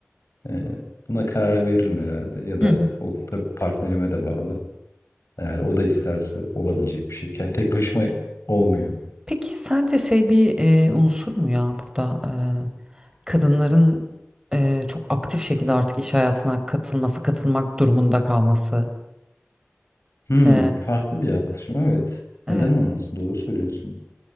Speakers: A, on the left; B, on the right.
A: e, buna karar veririm herhalde. Ya da
B: Hı hı.
A: o tabii partnerime de bağlı. Eğer o da isterse olabilecek bir şey. Yani tek başıma olmuyor.
B: Peki sence şey bir e, unsur mu ya burada e, kadınların e, çok aktif şekilde artık iş hayatına katılması, katılmak durumunda kalması?
A: Hmm,
B: E,
A: farklı bir yaklaşım evet.
B: evet.
A: Neden olmasın? Doğru söylüyorsun.